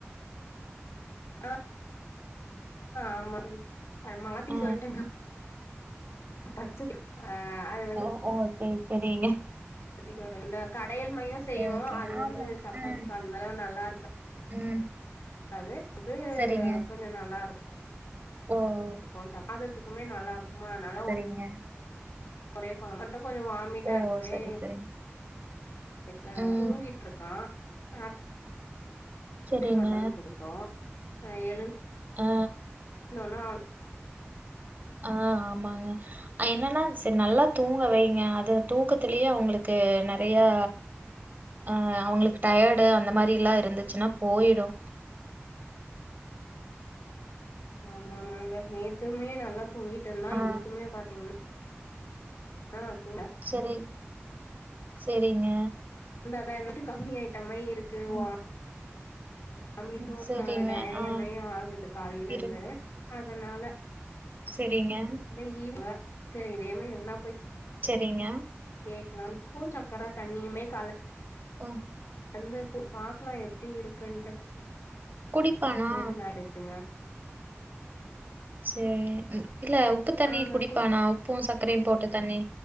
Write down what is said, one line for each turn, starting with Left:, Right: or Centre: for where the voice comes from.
Left: ஆ ஆமா த மாத்தி
Right: ஆ
Left: சொல்ட்டேங்க பச்ச ஆ அது
Right: ஓ ஓ செரி செரிங்க
Left: சாப்பாத்திக்கு வேற இல்ல கடையல் மாறியும் செய்வோம்
Right: ஓகே
Left: அது
Right: ஆமா
Left: வந்து சப்பாத்திக்கும்
Right: ம்
Left: அந்த அளவு நல்லா இருக்
Right: ம்
Left: அது அது
Right: சரிங்க
Left: கொஞ்சம் நல்லா இருக்
Right: ஓ ஓ
Left: இருக்கும் சப்பத்தத்துக்குமே நல்லா இருக்குமா நல்லா ஒ
Right: இங்க
Left: ஒரே குளம் மட்டும் கொஞ்சம் வாமிட்டா
Right: ஓ
Left: இருக்குமே
Right: சரி சரிங்க
Left: இப்ப
Right: ம்
Left: தூங்கிட்டு இருக்கான் ஆ ஆப்பிள்
Right: சரிங்க
Left: மட்டும் குடுத்தோம் அ எழு
Right: ஆ ஆ
Left: நல்லா
Right: ஆ ஆமாங்க என்னன்னா சரி நல்லா தூங்க வைங்க அது தூக்கத்திலயே அவங்களுக்கு நறையா ஆ அவங்களுக்கு டயர்டு அந்த மாதிரிலாம் இருந்துச்சுனா போயிடும்
Left: ஆமா ஆமாங்க நேத்துமே நல்லா தூங்கிட்டு இருந்தான்
Right: ஆ
Left: இனைக்குமே பாத்தீங்கன்னா ஆ துங்கன
Right: செரி செரிங்க
Left: இந்தெடம் இருட்டு கம்மி ஐட்டமாரி இருக்கு
Right: ம்
Left: வா அம்மிட்டும்
Right: ம் சரிங்க
Left: ஆ டைரியாமே
Right: ஆ
Left: ஆகுது காலைல
Right: இரு
Left: இருந்து அதனால
Right: செரிங்க
Left: அதான் ஈவ் ஹலோ சரி இதேமாரி எல்லா பை
Right: செரிங்க
Left: கேக்லா உப்புஞ் சக்கரத் தண்ணியுமே கல
Right: ஒர்
Left: வந்து கூ பாக்லா எப்டி இருக்குன்ட்டு
Right: குடிப்பானா
Left: நேத்து நாய்டுக் சுங்க
Right: சேய் இன் இல்ல உப்புத் தண்ணி
Left: ஆங்க
Right: குடிப்பானா உப்பும் சக்கரையும் போட்ட தண்ணி